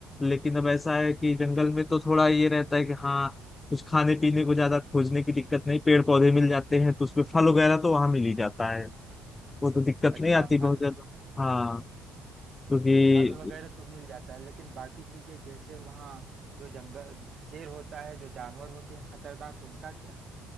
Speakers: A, on the left; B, on the right.
A: लेकिन अब ऐसा है कि जंगल में तो थोड़ा ये रहता है कि हाँ कुछ खाने पीने को ज्यादा खोजने की दिक्कत नहीं पेड़ पौधे मिल जाते हैं तो उसमें फल वगैरह तो वहां मिल ही जाता है वो तो दिक्कत
B: अच्छा
A: नहीं आती
B: फल
A: बहुत ज्यादा हाँ क्योंकि
B: फल वगैरह तो मिल जाता है लेकिन बाकी चीजें जैसे वहाँ जो जंगल शेर होता है जो जानवर होते हैं खतरनाक उनका क्या